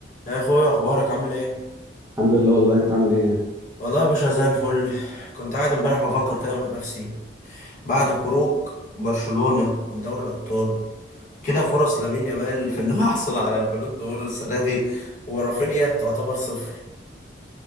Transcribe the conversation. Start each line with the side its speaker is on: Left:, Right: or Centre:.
Left: يا اخويا اخبارك عامل ايه
Right: الحمد لله والله انت عامل ايه
Left: والله يا باشا زي الفل كنت قاعد امبارح بفكر كده مع نفسي بعد خروج برشلونة من دوري الابطال كده فرص لامين يامال في انه <laughs> يحصل على البالون دور السنه دي ورافينيا تعتبر صفر